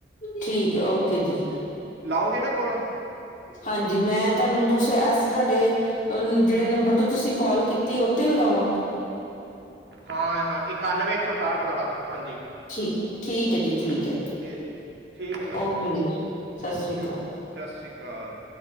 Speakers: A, on the left; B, on the right.
A: ਠੀਕ ਹੈ ਓਕੇ ਜੀ
B: ਲਾਉਗੇ ਨਾ ਕੋਲ
A: ਹਾਂਜੀ ਮੈਂ ਤੁਹਾਨੂੰ ਦੂਸਰੇ ਐਸੇ ਤੁਹਾਡੇ ਜਿਹੜੇ ਨੰਬਰ ਤੋਂ ਤੁਸੀਂ ਕਾਲ ਕੀਤੀ ਉਹ ਤੇ ਲਗਾਵਾਂ
B: ਹਾਂ ਹਾਂ ਇਕਾਨਵੇਂ ਇੱਕ ਸੌ ਅਠਾਹਠ ਵਾਲਾ ਹਾਂਜੀ-
A: ਠੀ ਠੀਕ ਹੈ ਜੀ
B: ਹੂੰ
A: ਠੀਕ ਹੈ
B: ਇਸ ਤੇ ਠੀਕ ਹੈ ਮੈਮ
A: ਓਕੇ ਜੀ ਸਤਿ
B: ਓਕੇ
A: ਸ੍ਰੀ ਅਕਾਲ।
B: ਓਕੇ ਸਤਿ ਸ਼੍ਰੀ ਅਕਾਲ